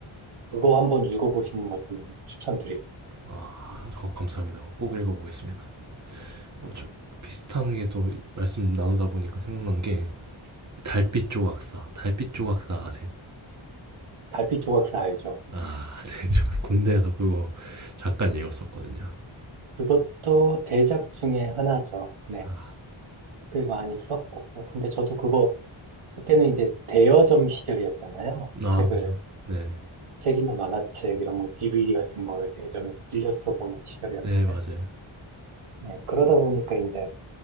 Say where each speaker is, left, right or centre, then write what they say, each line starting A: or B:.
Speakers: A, on the right (about 85°); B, on the right (about 35°).
A: 그거 한번 읽어보시는 걸 좀 추천드릴게요.
B: 아, 거- 감사합니다. 꼭 읽어보겠습니다. 어, 저 비슷한 게 또 말씀 나누다 보니까 생각난 게 달빛 조각사, 달빛 조각사 아세요?
A: 달빛 조각사 알죠?
B: 아, <laughs> 네, 저 군대에서 그거 잠깐 읽었었거든요.
A: 그것도 대작 중에 하나죠. 네.
B: 아,
A: 꽤 많이 썼고. 근데 저도 그거, 그때는 이제 대여점 시절이었잖아요.
B: 아,
A: 책을,
B: 그죠. 네,
A: 책이나 만화책, 이런 거, DVD 같은 거를 대여점에서 빌려서 보는 시절이었는데.
B: 네, 맞아요.
A: 네. 그러다 보니까 이제